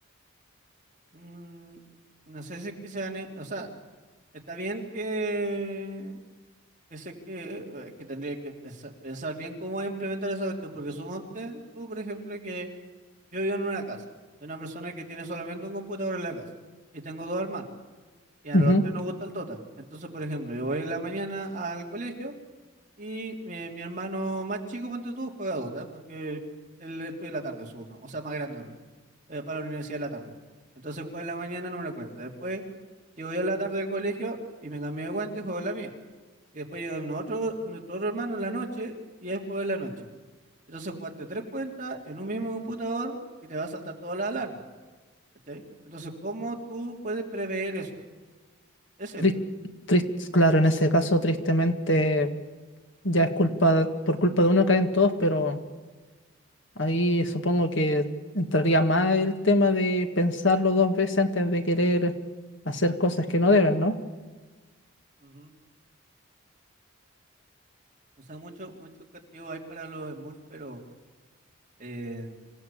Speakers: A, on the right; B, on the left.
A: Mm, no sé si es que se gane, o sea, está bien que, que, se, que, eh, que tendría que pensar, pensar bien cómo implementar esa cuestión, porque monte tú, por ejemplo, que Yo vivo en una casa. Soy una persona que tiene solamente un computador en la casa. Y tengo dos hermanos. Y a
B: Ujú.
A: los tres nos gusta el Dota. Entonces, por ejemplo, yo voy en la mañana al colegio y mi, mi hermano más chico, ponte tú, juega Dota. Porque él estudia en la tarde, supongo. O sea, más grande, perdón. eh, para la universidad en la tarde. Entonces juega en la mañana en una cuenta. Después llego yo en la tarde del colegio y me cambio de cuenta y juego en la mía. Y después llega nuestro, nuestro otro hermano en la noche y él juega en la noche. Entonces jugaste tres cuentas en un mismo computador y te va a saltar todas las alarmas. ¿cachai? Entonces, ¿cómo tú puedes prever eso? Ese
B: Tris-
A: es el tema.
B: tris- claro, en ese caso, tristemente, ya es culpa, por culpa de uno caen todos, pero ahí supongo que entraría más el tema de pensarlo dos veces antes de querer hacer cosas que no deben, ¿no?
A: Ujú. O sea, mucho, mucho castigo hay para los Smurfs, pero eh,